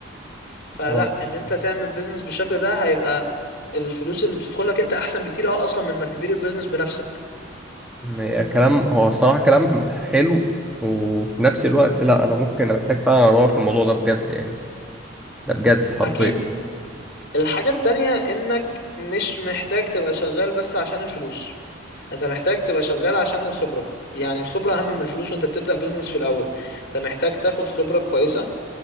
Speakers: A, on the left (about 50°); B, in the centre.
A: فلا
B: هو
A: ان انت تعمل بيزنس بالشكل ده هيبقى الفلوس اللي بتدخلك انت احسن بكتير اه اصلا من انك تدير البيزنس بنفسك
B: م- كلام هو الصراحة كلام حلو وفي نفس الوقت لا انا ممكن أنا محتاج فعلا ادور في الموضوع ده بجد يعني ده بجد حرفيا
A: اكيد الحاجة التانية انك مش محتاج تبقى شغال بس عشان الفلوس انت محتاج تبقى شغال عشان الخبرة يعني الخبرة اهم من الفلوس وانت بتبدأ بيزنس في الاول انت محتاج تاخد خبرة كويسة